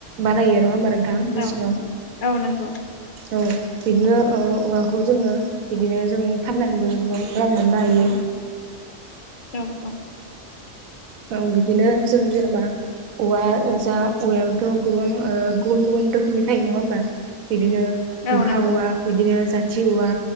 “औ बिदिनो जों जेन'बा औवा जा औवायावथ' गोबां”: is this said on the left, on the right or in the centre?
Right